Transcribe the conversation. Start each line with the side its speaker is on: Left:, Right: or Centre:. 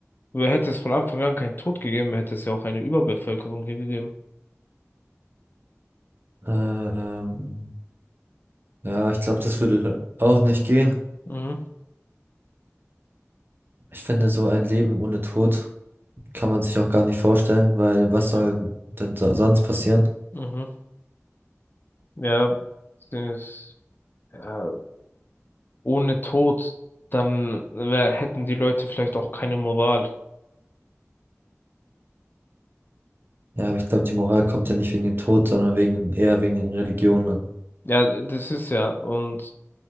Left: hätte es von Anfang an keinen Tod gegeben, hätte es ja auch eine Überbevölkerung hier gegeben.
Right: Ähm, Ja, ich glaube, das würde da auch nicht gehen.
Left: Mhm.
Right: Ich finde, so ein Leben ohne Tod kann man sich auch gar nicht vorstellen, weil was soll
Left: Ja,
Right: denn so sonst passieren?
Left: mhm. Ja, das, ja, ohne Tod, dann wär, hätten die Leute vielleicht auch keine Moral.
Right: Ja, aber ich glaube, die Moral kommt ja nicht wegen dem Tod, sondern wegen, eher wegen den Religionen.
Left: Ja, das ist ja. Und